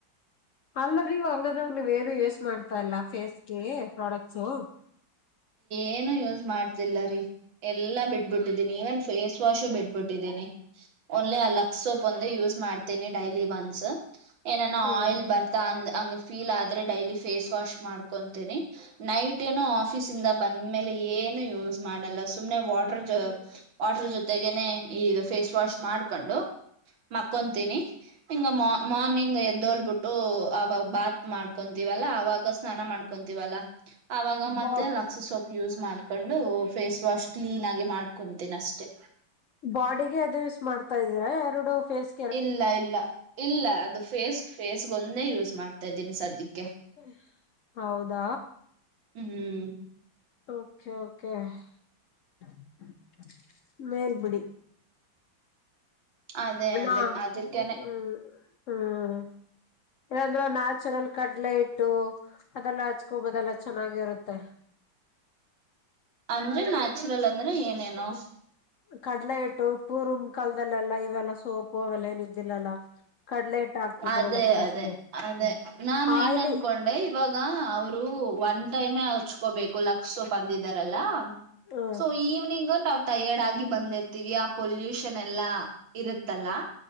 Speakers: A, on the left (about 70°); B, on the right (about 75°).
A: ಅಲ್ಲರಿ ಹಂಗಾದ್ರಾಗ ನೀವ ಏನು ಯೂಸ್ ಮಾಡ್ತಾ ಇಲ್ಲ ಫೇಸ್ ಗೆ ಪ್ರಾಡಕ್ಟ್ಸು.
B: ಏನು ಯೂಸ್ ಮಾಡ್ತಿಲ್ಲಾ ರೀ. ಎಲ್ಲಾ ಬಿಟ್ಬಿಟ್ಟಿದ್ದೀನಿ ಈವನ್ ಫೇಸ್ ವಾಶು ಬಿಟ್ಬಿಟ್ಟಿದ್ದೀನಿ ಓನ್ಲಿ ಅಲ್ಲೊ. ಸೋಪ್
A: ಹ್ಮ್
B: ಒಂದು ಯೂಸ್ ಮಾಡ್ತೀನಿ ಡೈಲಿ ಒಂದಸ್ ಏನಾನ
A: ಹ್ಮ್
B: ಆಯಿಲ್ ಬರ್ತಾ ಅಂದ ಹಂಗ ಫೀಲ್ ಆದ್ರೆ ಡೈಲಿ ಫೇಸ್ ವಾಶ್ ಮಾಡ್ಕೊತೀನಿ ನೈಟ್ ಏನೋ ಆ ಆಫೀಸ್ ಇಂದ ಬಂದ ಮೇಲೆ ಏನು ಯೂಸ್ ಮಾಡಲ್ಲಾ ಸುಮ್ನೆ ವಾಟರ್
A: ಹ್ಮ್
B: ವಾಟರ್ ಜೊ ಜೊತೆಗನೆ ಇದು ಫೇಸ್ ವಾಶ್ ಮಾಡ್ಕೊಂಡು ಮಕ್ಕಂತೀನಿ. ಹಿಂಗ ಮಾರ್ನಿಂಗ್ ಎದ್ದೋಲ್ಬಿಟ್ಟು ಅವಾಗ ಬಾತ್ ಮಾಡ್ಕೊ ತಿವಲ್ಲಾ ಅವಾಗ ಸ್ನಾನ ಮಾಡ್ಕೊಂತೀವಲ್ಲಾ ಅವಾಗ ಮತ್ತೆ
A: ಬಾ
B: ಲಕ್ಸ್ ಸೋಪ್ ಯೂಸ್ ಮಾಡ್ ಹಾಕೊಂಡು ಫೇಸ್ ವಾಶ್ ಕ್ಲೀನ್ ಆಗಿ ಮಾಡ್ಕೊಂತೀನ ಅಷ್ಟೇ.
A: ಬಾಡಿಗೆ ಅದು ಯೂಸ್ ಮಾಡ್ತಾ ಇದೀರಾ ಎರಡು ಫೇಸ್
B: ಇಲ್ಲಾ ಇಲ್ಲಾ ಇಲ್ಲ ಅದು ಫೇಸ್ ಫೇಸ್ಗೊಂದೆ ಯೂಸ್ ಮಾಡ್ತಾ ಇದ್ದೀನಿ ಸದ್ಯಕ್ಕೆ
A: <inaudible> ಹೌದಾ
B: ಹ್ಮ್ಮ್
A: ಓಕೆ ಓಕೆ <inaudible> ಮೇಲ್ಬಿಡಿ
B: ಅದೇ
A: ನಾ
B: ಅದೇ
A: ಹ
B: ಅದಕ್ಕೇನೆ
A: ಹ್ಮ ಇಲ್ಲಂದ್ರೆ ನ್ಯಾಚುರಲ್ ಕಡ್ಲೆ ಇಟ್ಟು ಅದೆಲ್ಲ ಹಚ್ಕೊಬೋದಲ್ಲ ಚೆನ್ನಾಗಿರುತ್ತೆ
B: ಅಂದ್ರೆ ನ್ಯಾಚುರಲ್ ಅಂದ್ರೆ ಏನೇನೂ
A: ಕಡ್ಲೆ ಹಿಟ್ಟು ಪೂರ್ವ ಕಾಲದಲ್ಲೆಲ್ಲಾ ಇವೆಲ್ಲ ಸೋಪು ಅವೆಲ್ಲ ಏನು ಇದ್ದಿಲ್ಲಲ್ಲ ಕಡ್ಲೆ ಇಟ್ಟ ಹಾಕ್ತಿದ್ರಲ್ಲ
B: ಅದೇ
A: ಫೇಸ್ಗೆ
B: ಅದೇ ಅದೇ
A: ಹ್ಮ್
B: ನಾನು
A: ಆಯ್ಲಿ
B: ಏನ್ ಅನ್ಕೊಂಡೆ ಇವಾಗ ಅವರು ಒನ್ ಟೈಮೆ ಹಚು ಕೊಬೇಕು ಲಕ್ಷ ಸೊಪ್ ಅಂದಿದಾರಲ್ಲಾ
A: ಹ್ಮ್
B: ಸೊ ಈವ್ನಿಂಗ್ ನಾವ್ ಟಯರ್ಡ್ ಆಗಿ ಬಂದ್ ಬಂದಿರ್ತೀವಿ ಆ ಪಲ್ಯೂಷನ್ ಎಲ್ಲಾ ಇರುತ್ತಲ್ಲಾ